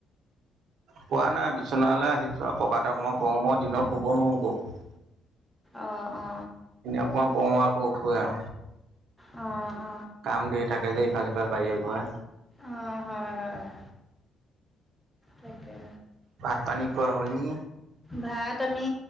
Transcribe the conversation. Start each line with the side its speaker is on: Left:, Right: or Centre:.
Right: শুৱা নাই বিচনালৈ আহিছোঁ আৰু পকাত অকনমান পৰো মই দিনত শুব নোৱাৰো ব৷
Centre: অহ অ
Right: অকণমান পৰো আৰু আকৌ উঠোৱে আৰু
Centre: অহ।
Right: কাম ধেৰ থাকে যে ইফাল সিফাল বাৰীয়ে ঘৰে
Centre: অ-অ হয়-হয় ৷ তাকে
Right: ভাত পানী খোৱা হ'ল নি
Centre: ভাত আমি